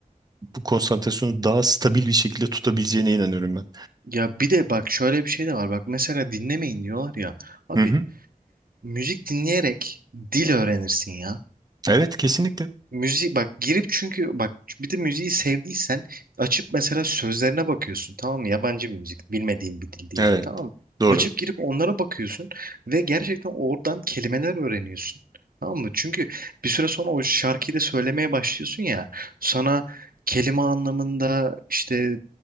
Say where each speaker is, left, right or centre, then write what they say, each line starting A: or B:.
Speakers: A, on the right (about 25°); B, on the right (about 85°).
A: bu konsantrasyonu daha stabil bir şekilde tutabileceğine inanıyorum ben.
B: Ya bir de bak şöyle bir şey de var. Bak mesela dinlemeyin diyorlar ya. Abi
A: Hı hı.
B: müzik dinleyerek dil öğrenirsin ya.
A: Evet kesinlikle.
B: Müzik bak girip çünkü bak bir de müziği sevdiysen açıp mesela sözlerine bakıyorsun tamam mı? Yabancı bir müzik bilmediğin bir dil diyelim
A: Evet.
B: tamam mı?
A: Doğru.
B: Açıp girip onlara bakıyorsun ve gerçekten oradan kelimeler öğreniyorsun. Tamam mı? Çünkü bir süre sonra o şarkıyı da söylemeye başlıyorsun ya sana kelime anlamında işte